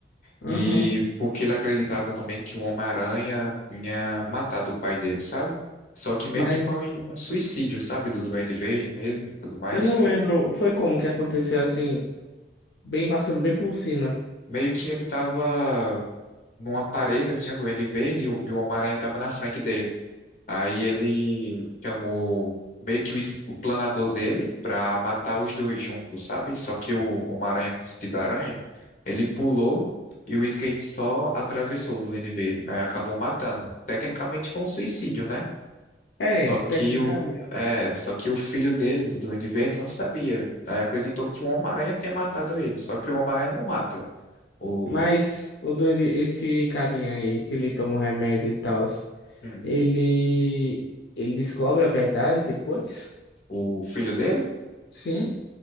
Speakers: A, on the left; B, on the left.
A: Uhum.
B: e porque ele acreditava também que o Homem-Aranha tinha matado o pai dele, sabe? Só que meio
A: Mas
B: que foi um suicídio, sabe? Do Duende Verde mesmo e tudo mais.
A: eu não lembro, foi como que aconteceu assim, bem passando bem por cima.
B: Meio que ele tava numa parede, assim, um duende verde, e o, e o Homem-Aranha tava na frente dele. Aí ele chamou meio que o, es- o planador dele pra matar os dois juntos, sabe? Só que o Homem-Aranha com sentido da aranha, ele pulou e o skate só atravessou o duende verde. Aí acabou matando. Tecnicamente foi um suicídio, né?
A: É,
B: Só
A: tecnicamente.
B: que o, é, só que o filho dele, do Duende Verde, não sabia. Aí acreditou que o Homem-Aranha tinha matado ele. Só que o Homem-Aranha não mata o,
A: Mas o doente, esse carinha aí que ele toma o remédio e tal,
B: hum,
A: ele ele descobre a verdade depois?
B: o filho dele.
A: Sim.